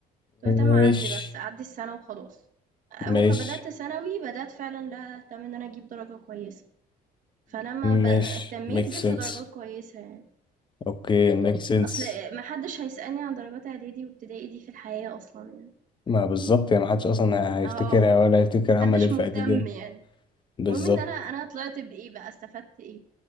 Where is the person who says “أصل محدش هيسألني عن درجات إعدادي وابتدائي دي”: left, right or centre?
Right